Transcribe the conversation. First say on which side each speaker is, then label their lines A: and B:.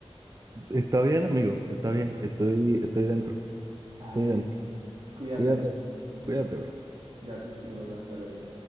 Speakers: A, on the right; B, on the right.
A: Está bien, amigo, está bien, estoy, estoy dentro,
B: Ale,
A: estoy dentro.
B: cuídate.
A: Cuídate, cuídate, bro.
B: Ya te escribo, bro. Hasta luego.